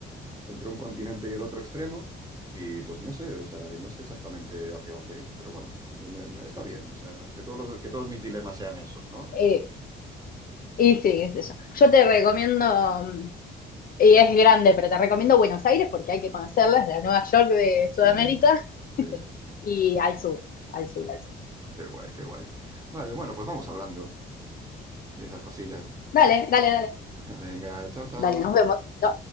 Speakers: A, on the right; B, on the left.
A: entre un continente y el otro extremo, y pues no sé, o sea, y no sé exactamente hacia dónde ir, pero bueno, me- me- me- está bien, o sea, que todos los- que todos mis dilemas sean esos, ¿no?
B: Eh, y sí, qué sé yo. Yo te recomiendo, mm, y es grande, pero te recomiendo Buenos Aires porque hay que conocerlas, la Nueva York de
A: Sí,
B: Sudamérica
A: sí,
B: <laughs>
A: sí,
B: y al sur, al sur, al sur.
A: qué guay, qué guay. Vale, bueno, pues vamos hablando y esas cosillas.
B: Dale, dale, dale,
A: <laughs> Venga, chao, chao.
B: dale, nos vemos. No,